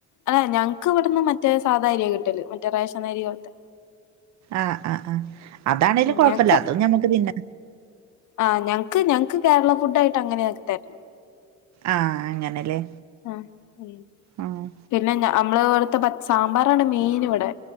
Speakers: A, on the left (about 75°); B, on the right (about 65°).
A: ഏ ഞങ്ങക്ക് ഇവിടുന്ന് മറ്റേ സാധാ അരിയാ കി മറ്റേ റേഷനരി പോലത്തെ
B: ആ ആ ആ അതാണേലും
A: ഉം
B: കുഴപ്പില്ല.
A: ഞങ്ങക്ക്
B: അതും ഞമ്മക്ക് തിന്ന
A: ആ ഞങ്ങക്ക് ഞങ്ങക്ക് കേരള ഫുഡ് ആയിട്ട് അങ്ങനെയ ആക്കി തരേ
B: ആ. അങ്ങനെല്ലേ?
A: ആ ഉം.
B: ആഹ്
A: പിന്നെ നമ്മളവിടുത്തെസാമ്പാറാണ് മെയിൻ ഇവിടെ.